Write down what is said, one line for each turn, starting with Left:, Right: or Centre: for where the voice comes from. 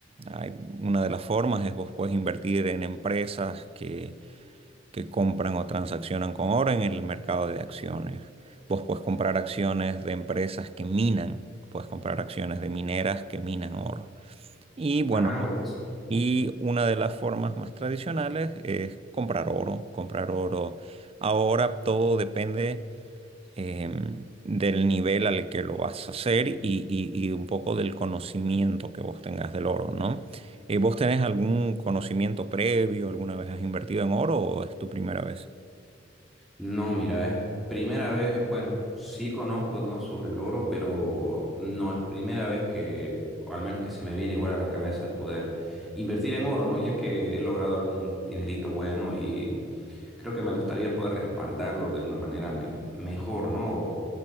Right: hay- una de las formas es vos puedes invertir en empresas que, que compran o transaccionan con oro en el mercado de acciones. Vos puedes comprar acciones de empresas que minan, puedes comprar acciones de mineras que minan oro. Y bueno,
Centre: Ah, bueno.
Right: y una de las formas más tradicionales es comprar oro, comprar oro. Ahora todo depende em, del nivel al que lo vas a hacer y, y- y un poco del conocimiento que vos tengas del oro, ¿no? Eh, ¿vos tenés algún conocimiento previo? ¿Alguna vez has invertido en oro o es tu primera vez?
Centre: No, mira, es primera vez, bueno, sí conozco, ¿no? sobre el oro, pero no es primera vez que, o al menos que se me viene igual a la cabeza el poder invertir en oro, ¿no? Ya que he logrado algún dinerito bueno y creo que me gustaría poder respaldarlo de una manera me- mejor, ¿no? O,